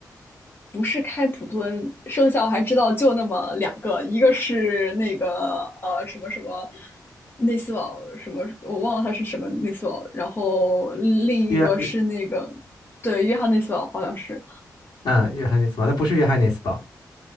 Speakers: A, on the left; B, on the left.
A: 不是开普敦，剩下我还知道就那么两个，一个是那个呃什么什么内斯堡什么，我忘了他是什么内斯堡，然后另一个是那个
B: 约约
A: 对约翰内斯堡好像是，
B: 啊约翰内斯堡，他不是约翰内斯堡，